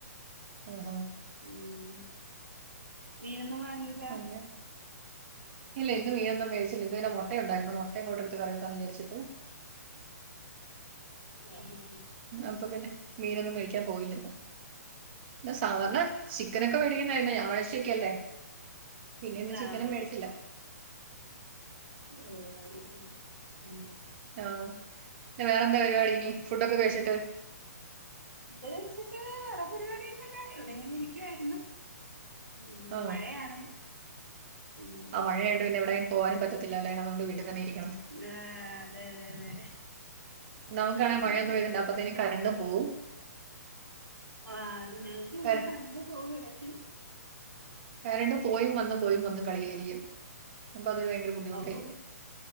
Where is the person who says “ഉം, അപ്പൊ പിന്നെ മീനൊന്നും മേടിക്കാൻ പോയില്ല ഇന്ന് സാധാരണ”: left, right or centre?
Right